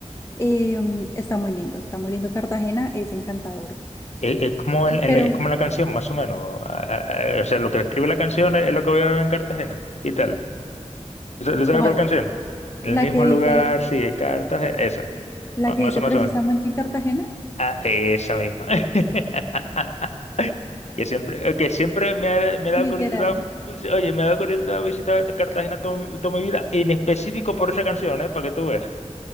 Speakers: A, on the left; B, on the left.
A: Em, está muy lindo, está muy lindo. Cartagena es encantador.
B: Es, es como
A: Y-
B: en- en
A: Pero,
B: la- es como la canción, más o menos. Ah, ah, ah, o sea, lo que describe la canción es, es lo que voy a ver en Cartagena y tal. ¿Tú sa- tú
A: ¿cuál?
B: sabes cuál canción? En
A: ¿La
B: el mismo
A: que dice,
B: lugar, sigue Cartagena. Esa.
A: la
B: Ma-
A: que
B: Más
A: dice
B: o más
A: precisamente
B: o menos.
A: en Cartagena?
B: Ah, esa misma. <laughs> Que siempre, que siempre me ha, me ha dado
A: Literal.
B: curiosidad, oye, me ha dado curiosidad visitar Cartagena to- toda, mi vida, en específico por esa canción, ¿eh? Para que tú veas.